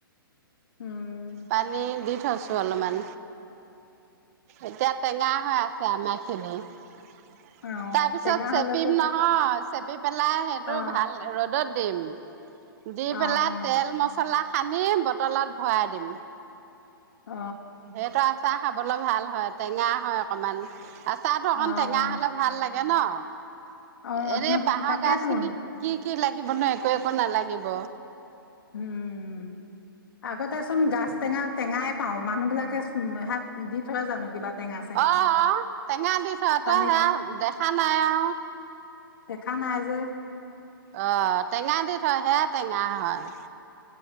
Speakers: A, on the left (about 70°); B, on the right (about 40°).
A: উম
B: পানী দি থৈছো। টো অলপমান, এতিয়া টেঙা হৈ আছে আমাৰ খিনি, উ
A: অ
B: তাৰপিছত
A: টেঙা
B: চেপিম
A: হলেতো
B: নহয় চেপি পেলাই সেইটো
A: অ
B: ভাল ৰ'দত, দিম, দি পেলাই
A: অ অ
B: তেল মছলা, সানি বটলত ভৰাই দিম,
A: অ',
B: দেতৰ আছা খাবলৈ ভাল হয় টেঙা হয় অকণমান, তাতো
A: অ',
B: অকন টেঙা হ'লে ভাল লাগে জ ন,
A: অ',
B: এনে
A: নহ
B: বাঁহৰ
A: তাকেতোন
B: গাজ খিনি কি কি লাগি, লাগিবনো একো একো নালাগিব।
A: উম আগতেচোন গাছ টেঙা টেঙাই পাও মানুহ বিিলাকে হাত দি থয় জানো কিবা টেঙা চেঙা
B: অ অ টেঙা দি থ
A: পানীত
B: তই সেয়া দেখা নাই আৰু
A: দেখা নাই যে
B: অ টেঙা দি থয় সেয়া টেঙা হয়